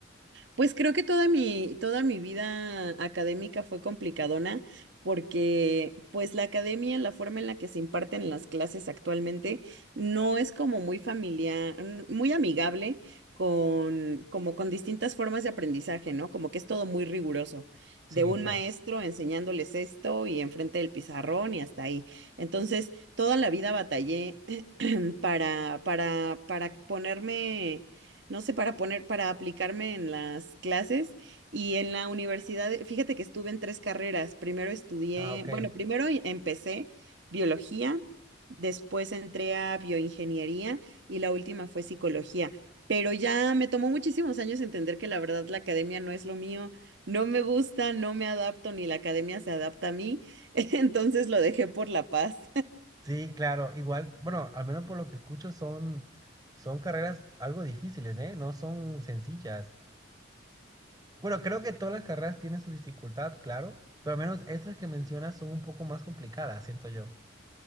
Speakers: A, on the right (about 65°); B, on the right (about 20°).
A: Pues creo que toda mi, toda mi vida académica fue complicadona porque pues la academia, la forma en la que se imparten las clases actualmente no es como muy familiar, n- muy amigable con, como con distintas formas de aprendizaje, ¿no? Como que es todo muy riguroso,
B: Sí,
A: de un
B: claro.
A: maestro enseñándoles esto y enfrente del pizarrón y hasta ahí. Entonces, toda la vida batallé <clears throat> para, para, para ponerme, no sé, para poner, para aplicarme en las clases y en la universidad, eh, fíjate que estuve en tres carreras. Primero estudié,
B: Ah, ok.
A: bueno, primero em- empecé biología, después entré a bioingeniería y la última fue psicología. Pero ya me tomó muchísimos años entender que la verdad la academia no es lo mío, no me gusta, no me adapto, ni la academia se adapta a mí, <laughs> entonces lo dejé por la paz.
B: Sí, claro, igual, bueno, al menos por lo que escucho son, son carreras algo difíciles, ¿eh? No son sencillas. Bueno, creo que todas las carreras tienen su dificultad, claro, pero al menos estas que mencionas son un poco más complicadas, siento yo.